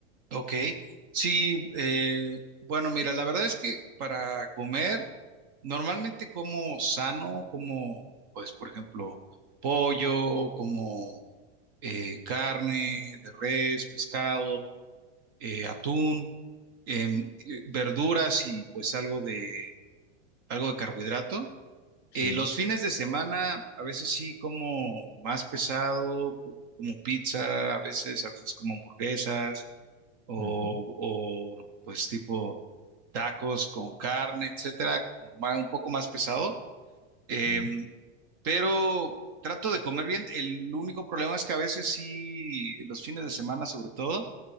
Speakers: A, on the right; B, on the left.
A: Ok, sí, eh, bueno, mira, la verdad es que para comer, normalmente como sano, como, pues, por ejemplo, pollo, como eh, carne de res, pescado, eh, atún, em, eh, verduras y pues algo de, algo de carbohidrato. Eh,
B: Sí,
A: los fines de semana, a veces sí como más pesado, como pizza, a veces, a veces como hamburguesas o,
B: ujú,
A: o, pues tipo tacos con carne, etcétera, ma- un poco más pesado. Em,
B: sí.
A: pero trato de comer bien. El único problema es que a veces sí, los fines de semana sobre todo,